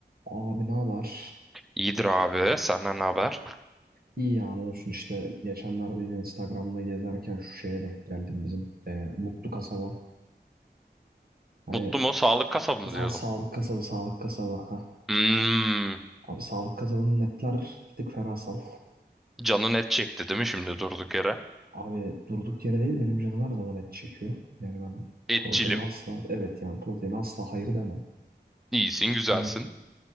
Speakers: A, on the right; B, in the centre.
A: Abi ne haber?
B: İyidir abi. Senden ne haber?
A: İyi yani olsun işte geçenlerde yine Instagram'da gezerken şu şeye denk geldim bizim e, Mutlu Kasaba. Hani
B: Mutlu mu? Sağlık kasabı mı
A: sa
B: diyordum.
A: sağlık kasabı sağlık kasaba. Ha.
B: Hmm,
A: Abi sağlık kasabının netler bir tık fenasal.
B: canın et çekti değil mi şimdi durduk yere?
A: Abi durduk yere değil benim canım her zaman et çekiyor. Yani ben
B: Etçilim.
A: protein asla evet yani protein asla hayır demem.
B: İyisin, güzelsin.
A: E,